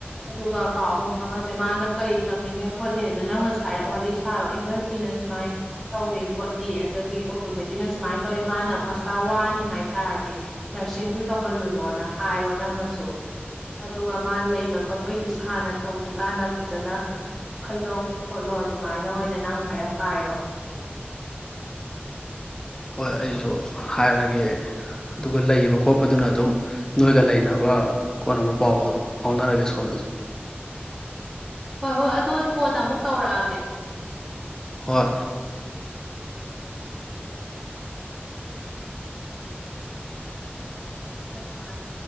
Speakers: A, in the centre; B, on the left (about 15°).
A: ꯑꯗꯨꯒ ꯄꯥꯎ ꯑꯃ ꯐꯥꯎꯉꯁꯦ ꯃꯥꯅ ꯀꯔꯤ ꯇꯝꯅꯤꯡꯉꯦ ꯈꯣꯠꯅꯤꯡꯉꯦꯗꯣ ꯅꯪꯅꯁꯨ ꯍꯥꯏꯔ ꯋꯥꯔꯤ ꯁꯥꯔꯣ ꯏꯃꯦꯜ ꯊꯤꯅ ꯁꯨꯃꯥꯏꯅ ꯇꯧꯋ ꯈꯣꯠꯂꯤ ꯑꯗꯒꯤ ꯑꯣꯇꯣꯃꯦꯇꯤꯛꯅ ꯁꯨꯃꯥꯏꯅ ꯇꯧꯋꯤ ꯃꯥꯅ ꯃꯁꯥ ꯋꯥꯅꯤ ꯍꯥꯏꯇꯥꯥꯔꯗꯤ ꯅꯔꯁꯤꯡꯗꯨ ꯇꯧꯍꯜꯂꯨꯅꯣꯅ ꯍꯥꯏꯔꯣ ꯅꯪꯅꯁꯨ ꯑꯗꯨꯒ ꯃꯥꯅ ꯂꯩꯕ ꯈꯣꯠꯄꯩꯗꯨꯁꯨ ꯍꯥꯟꯅ ꯇꯧꯗ꯭ꯔꯤꯀꯥꯟꯗ ꯐꯖꯅ ꯈꯜꯂꯣ ꯈꯣꯠꯂꯣ ꯑꯗꯨꯃꯥꯏꯅ ꯑꯣꯏꯅ ꯅꯪ ꯍꯥꯏꯔ ꯍꯥꯏꯔꯣ
B: ꯍꯣꯏ ꯑꯩꯁꯨ ꯍꯥꯏꯔꯒꯦ ꯑꯗꯨꯒ ꯂꯩꯕ ꯈꯣꯠꯄꯗꯨꯅ ꯑꯗꯨꯝ ꯅꯣꯏꯒ ꯂꯩꯅꯕ ꯈꯣꯠꯅꯕ ꯄꯥꯎꯗꯣ ꯐꯥꯎꯅꯔꯒꯦ ꯁꯣꯝꯗꯁꯨ
A: ꯍꯣꯏ ꯍꯣꯏ ꯑꯗꯨ ꯑꯩ ꯀꯣꯟꯅꯥ ꯑꯃꯨꯛ ꯇꯧꯔꯛꯑꯒꯦ
B: ꯍꯣꯏ
A: ꯅꯡ ꯅꯨꯄꯥꯅꯥ